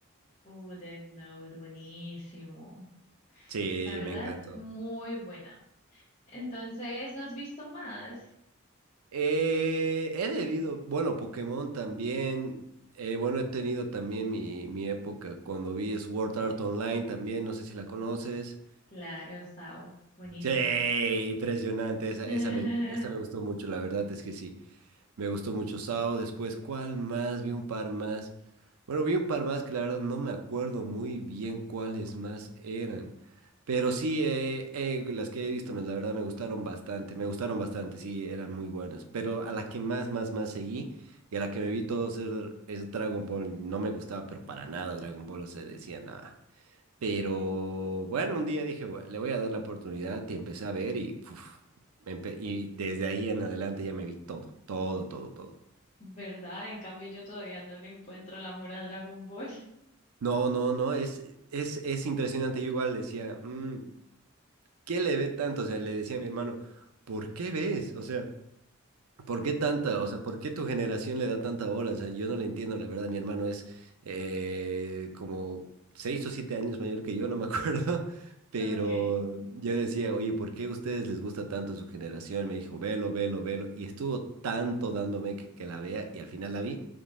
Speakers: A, on the left (about 30°); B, on the right (about 85°).
A: Uh, Death Note, buenísimo.
B: Sí,
A: La verdad,
B: me encantó.
A: muy buena. Entonces, ¿no has visto más?
B: Eh, he debido, bueno, Pokémon también. eh, bueno, he tenido también mi, mi época cuando vi Sword Art Online también, no sé si la conoces.
A: Claro, Sao. Buenísimo.
B: Sí, impresionante, esa,
A: <laughs>
B: esa me, esa me gustó mucho, la verdad es que sí. Me gustó mucho Sao. Después, ¿cuál más? Vi un par más. Bueno, vi un par más que la verdad no me acuerdo muy bien cuáles más eran. Pero sí, eh, eh, las que he visto, me- la verdad me gustaron bastante. Me gustaron bastante, sí, eran muy buenas. Pero a la que más, más, más seguí y a la que me vi todo ser es Dragon Ball. No me gustaba, pero para nada Dragon Ball. O sea, decía nada. Pero bueno, un día dije, "Bue- le voy a dar la oportunidad y empecé a ver y, uf, me empe- y desde ahí en adelante ya me vi todo, todo, todo, todo.
A: ¿Verdad? En cambio, yo todavía no le encuentro el amor a Dragon Ball. <laughs>
B: No, no, no, es, es, es impresionante. Yo igual decía, "Mm, ¿qué le ve tanto? O sea, le decía a mi hermano, ¿por qué ves? O sea, ¿Por qué tanta? O sea, ¿por qué tu generación le da tanta bola? O sea, yo no le entiendo, la verdad. Mi hermano es eh, como seis o siete años mayor que yo, no me acuerdo. <laughs> Pero
A: Ok.
B: yo decía, oye, ¿por qué a ustedes les gusta tanto su generación? Me dijo, velo, velo, velo. Y estuvo tanto dándome que, que la vea y al final la vi